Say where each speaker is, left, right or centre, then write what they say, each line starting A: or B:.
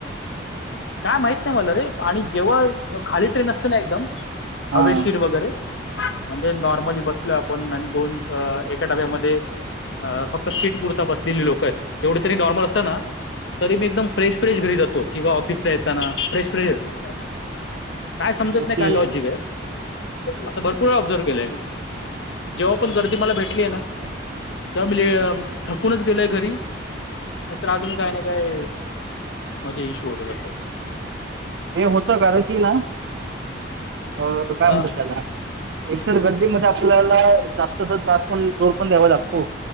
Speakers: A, on the left; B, on the right.
A: काय माहित नाई मला रे आणि जेव्हा खाली ट्रेन असते ना एकदम
B: हां,
A: हवेशीर वगरे म्हणजे नॉर्मली बसलोय आपण आणि दोन एका डब्यामधे अ.. फक्त शीट पुरता बसलेली लोक एत तेवढे तरी नॉर्मल असतं ना तरी मी एकदम फ्रेश फ्रेश घरी जातो किंवा ऑफिस येताना फ्रेश फ्रेश येतो काय समजत
B: ओके.
A: नाई काय लॉजिक ए. असं भरपूर वेळा ऑब्सर्व केलंय मी. जेव्हा पण गर्दी मला भेटलिये ना तेव्हा मी लय थकूनच गेलोय घरी नाई तर अजून काय ना काय म्हणजे इश्यू होतात असं
B: ते होतं कारण की ना अ.. काय
A: हा
B: म्हणत त्याला एकतर गर्दीमध्ये आपल्याला जास्त अस त्रास पण जोर पण द्यावा लागतो.